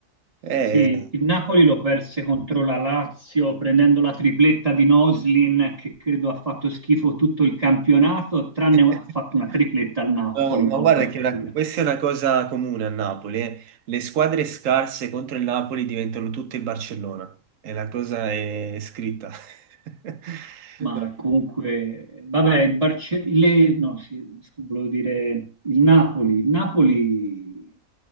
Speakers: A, on the right (about 65°); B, on the right (about 25°).
A: eh.
B: Sì, il Napoli lo perse contro la Lazio prendendo la tripletta di Noslin che credo ha fatto schifo tutto il campionato, tranne
A: <laughs>
B: ha fatto una tripletta al Napoli
A: No,
B: in
A: ma
B: Coppa
A: guarda
B: Italia.
A: che la- questa è una cosa comune a Napoli. eh. Le squadre scarse contro il Napoli diventano tutte il Barcellona. E la cosa è scritta. <laughs>
B: Ma comunque, vabbè, il Barce- le- no, sì, scu- volevo dire il Napoli. Il Napoli